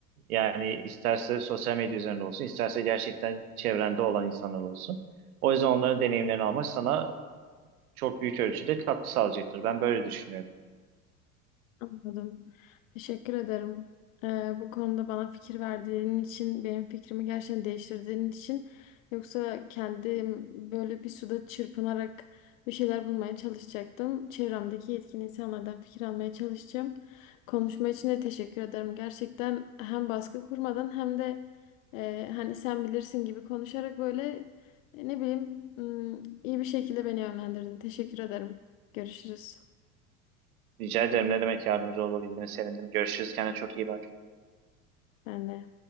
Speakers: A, on the right; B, on the left.
A: Yani isterse sosyal medya üzerinde olsun, isterse gerçekten çevrende olan insanlar olsun. O yüzden onların deneyimlerini almak sana çok büyük ölçüde katkı sağlayacaktır. Ben böyle düşünüyorum.
B: Anladım. Teşekkür ederim. Ee, bu konuda bana fikir verdiğin için, benim fikrimi gerçekten değiştirdiğin için. Yoksa kendim böyle bir suda çırpınarak bir şeyler bulmaya çalışacaktım. Çevremdeki yetkin insanlardan fikir almaya çalışacağım. Konuşma için de teşekkür ederim. Gerçekten hem baskı kurmadan hem de e, hani sen bilirsin gibi konuşarak böyle e, ne bileyim ım, iyi bir şekilde beni yönlendirdin. Teşekkür ederim. Görüşürüz.
A: Rica ederim. Ne demek yardımcı olabildiğine sevindim. Görüşürüz. Kendine çok iyi bak.
B: Ben de.